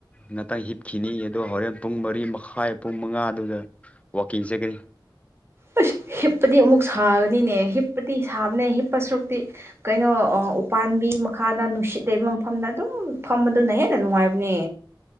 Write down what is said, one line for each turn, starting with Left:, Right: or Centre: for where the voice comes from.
Left: ꯉꯇꯪ ꯍꯤꯞꯈꯤꯅꯤ ꯑꯗꯣ ꯍꯣꯔꯦꯟ ꯄꯨꯡ ꯃꯔꯤ ꯃꯈꯥꯏ ꯄꯨꯡ ꯃꯉꯥꯗꯨꯗ ꯋꯥꯛꯀꯤꯡ ꯆꯠꯀꯅꯤ
Right: ꯑꯥꯁ ꯍꯤꯞꯄꯗꯤ ꯑꯃꯨꯛ ꯁꯥꯒꯅꯤꯅꯦ ꯍꯤꯞꯄꯗꯤ ꯁꯥꯕꯅꯦ ꯍꯤꯞꯄ ꯁꯔꯨꯛꯇꯤ ꯀꯩꯅꯣ ꯑꯥ ꯎꯄꯥꯥꯟꯕꯤ ꯃꯥ ꯃꯈꯥꯗ ꯅꯨꯡꯁꯤꯠ ꯂꯩꯕ ꯃꯐꯝꯗ ꯑꯗꯨꯝ ꯐꯝꯕꯗꯨꯅ ꯍꯦꯟꯅ ꯅꯨꯡꯉꯥꯏꯕꯅꯦ